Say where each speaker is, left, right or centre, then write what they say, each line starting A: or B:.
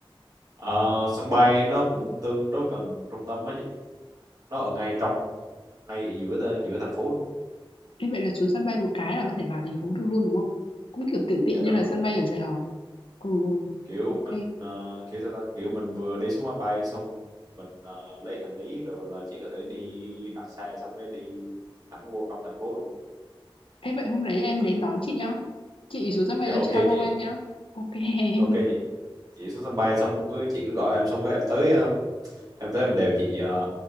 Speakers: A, on the right (about 45°); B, on the left (about 75°).
A: ờ, sân bay nó cũng tương đối gần trung tâm á chị nó ở ngay trong ngay ở giữa giữa thành phố luôn
B: Thế vậy là xuống sân bay một cái là có thể vào thành phố được luôn đúng không? Cũng kiểu tiện tiện
A: dạ
B: như
A: đúng
B: là
A: rồi
B: sân bay ở Sài Gòn. Ừ, ừ,
A: kiểu
B: ok.
A: mình ờ, kiểu sao ta kiểu mình vừa đi xuống máy bay xong mình ờ, lấy hành lý rồi là chị có thể đi đặt xe xong cái đi thẳng vô trong thành phố luôn
B: Thế vậy hôm đấy em đến đón chị nhá. chị xuống sân bay
A: dạ
B: xong
A: ok
B: chị alo
A: chị
B: em nhá ok em
A: ok chị chị xuống sân bay xong cứ chị cứ gọi em xong cái em tới ờ, em tới em đều chị ờ,